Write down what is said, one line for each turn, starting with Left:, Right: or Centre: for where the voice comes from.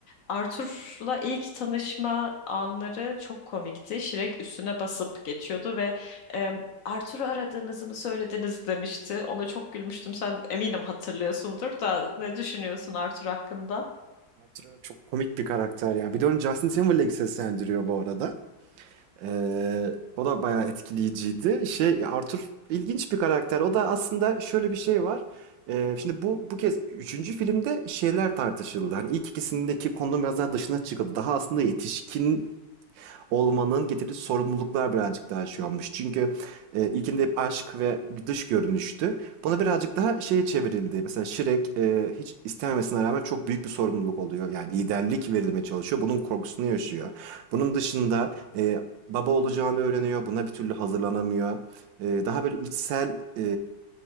Left: Arthur'la ilk tanışma anları çok komikti. Shrek üstüne basıp geçiyordu ve e, Arthur'u aradığınızı mı söylediniz demişti. Ona çok gülmüştüm. Sen eminim hatırlıyorsundur da ne düşünüyorsun Arthur hakkında?
Right: Arthur çok komik bir karakter ya. Bir de onu Justin Timberlake seslendiriyor bu arada. Ee, o da bayağı etkileyiciydi. Şey, Arthur ilginç bir karakter. O da aslında şöyle bir şey var. Ee, şimdi bu bu kez üçüncü filmde şeyler tartışıldı. Hani ilk ikisindeki konunun biraz daha dışına çıkıldı. Daha aslında yetişkin olmanın getirdiği sorumluluklar birazcık daha şey olmuş. Çünkü e, ilkinde hep aşk ve dış görünüştü. Buna birazcık daha şeye çevrildi. Mesela Shrek e, hiç istememesine rağmen çok büyük bir sorumluluk oluyor. Yani liderlik verilmeye çalışıyor. Bunun korkusunu yaşıyor. Bunun dışında e, baba olacağını öğreniyor. Buna bir türlü hazırlanamıyor. E, daha böyle içsel e,